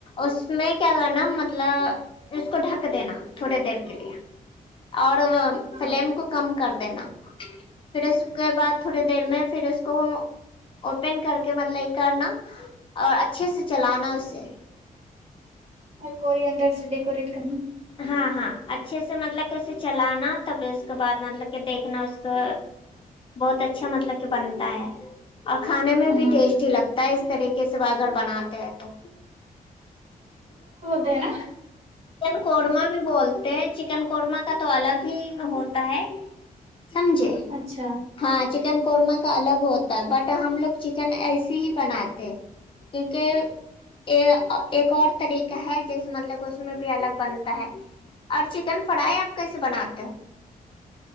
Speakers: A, on the left (about 35°); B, on the right (about 45°).
A: اس میں کیا کرنا مطلب اس کو ڈھک دینا تھوڑی دیر کے لیے اور
B: ہاں
A: فلیم کو کم کر دینا پھر اس کے بعد تھوڑی دیر میں پھر اس کو اوپن کر کے مطلب یہ کرنا اور اچھے سے چلانا اسے
B: اور کوری اندر سے ڈیکوریٹ کرنا
A: ہاں ہاں اچھے سے مطلب کہ اسے چلانا ت پ اس کے بعد مطلب کے دیکھنا اس کو بہت اچھا مطلب کہ بنتا ہے اور کھانے میں بھی
B: ہاں
A: ٹیسٹ ہی لگتا ہے اس طریقے سے وہ اگر بناتے ہیں تو
B: ہے نا
A: قورما بھی بولتے ہیں چکن قورما کا تو الگ ہوتا ہے سمجھے
B: اچھا
A: ہاں کن قورما کا الگ ہوتا ہے بٹ ہم لوگ چکن ایسے ہی بناتے کیونکہ ایک ایک اور طریقے کہاں جیسے مطلب اس میں بھی الگ بنتا ہے اور چکن فرائی آپ کیسے بناتے ہو